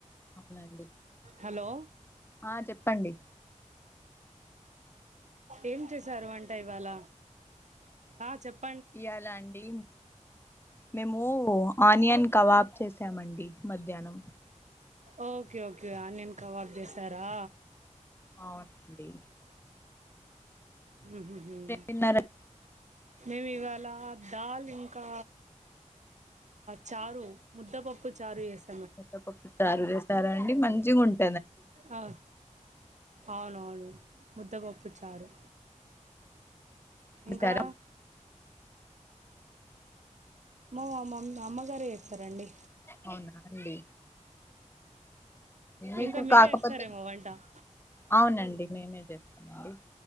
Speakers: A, on the left (about 20°); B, on the right (about 65°).
A: అవునండి
B: హలో
A: ఆ చెప్పండి
B: ఏం చేశారు వంట ఇవాళ ఆ చెప్ప
A: ఇయాలా అండి మేము ఆనియన్ కబాబ్ చేసామండి మధ్యాహ్నం
B: ఓకే ఓకే ఆనియన్ కబాబ్ చేసారా
A: అవునండి
B: హూ హమ్
A: తిన్నారా
B: మేము ఇవాళ దాల్ ఇంకా చారు ముద్దపప్పు చారు చేసి
A: ముద్దపప్పు చారు చేేశారండి మంచిగా ఉంటు
B: ఆ అవునవును ముద్దపప్పు చారు
A: చేసారా
B: ఇంకా మా మమ్ అమ్మగారే చేస్తారండి
A: అవునా అండి మీకు
B: ఇంకా మీరే
A: కాకపోతే
B: చేస్తారేమో వంట
A: అవునండి మేమే చేస్తామండి